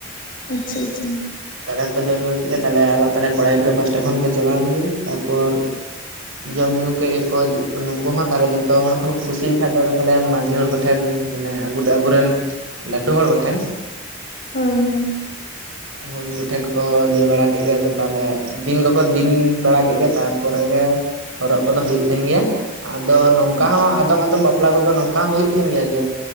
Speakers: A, on the left; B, on the right.
A: ᱟᱪᱷᱟ ᱟᱪᱷᱟ
B: ᱫᱟᱠᱟ ᱠᱚ ᱡᱚᱢ ᱧᱩ ᱠᱮᱫ ᱜᱮ ᱛᱚ ᱠᱚᱲᱟ ᱜᱤᱫᱽᱨᱟᱹ ᱯᱟᱦᱴᱟ ᱠᱷᱚᱱ ᱠᱚ ᱪᱟᱞᱟᱣ ᱮᱱ ᱜᱮ ᱛᱟᱨᱯᱚᱨ ᱡᱚᱢ ᱧᱩ ᱠᱮᱫ ᱜᱮᱠᱚ ᱩᱱᱩᱠᱩ ᱦᱚᱸ ᱛᱟᱦᱞᱮ ᱡᱚᱛᱚ ᱦᱚᱲ ᱠᱷᱚᱱ ᱠᱚ ᱠᱩᱥᱤᱭᱮᱱ ᱠᱷᱟᱡ ᱫᱚ ᱛᱟᱦᱮ ᱢᱟᱡᱷᱤ ᱦᱚᱲ ᱴᱷᱮᱱ ᱢᱟᱱᱮ ᱟᱵ ᱟᱵᱚᱨᱮᱱ ᱞᱟᱹᱴᱩ ᱦᱚᱲ ᱠᱚᱴᱷᱮᱱ
A: ᱦᱳᱭ ᱦᱳᱭ
B: ᱦᱚᱭ ᱩᱱᱠᱩ ᱴᱷᱮᱱ ᱠᱚ ᱞᱟᱹᱭ ᱵᱟᱲᱟ ᱠᱮᱫ ᱜᱮᱭᱟ ᱛᱟᱦᱚᱞᱮ ᱫᱤᱱ ᱠᱚᱠᱚ ᱫᱤᱱ ᱵᱟᱲᱟ ᱜᱮ ᱛᱟᱨᱯᱚᱨᱮ ᱜᱮ ᱦᱚᱨᱚᱜ ᱠᱚᱫᱚ ᱦᱩᱭᱩᱜᱭ ᱛᱟᱦᱮᱱ ᱜᱮᱭᱟ᱾ ᱟᱫᱚ ᱱᱚᱝᱠᱟ
A: ᱦᱳᱭ
B: ᱦᱚᱸ ᱟᱫᱚᱢ ᱟᱫᱚᱢ ᱵᱟᱯᱞᱟ ᱠᱚᱫᱚ ᱱᱚᱝᱠᱟ ᱦᱚᱸ ᱦᱩᱭᱩᱜᱭ ᱛᱟᱦᱮᱸᱮᱱ ᱜᱮᱭᱟ ᱡᱮ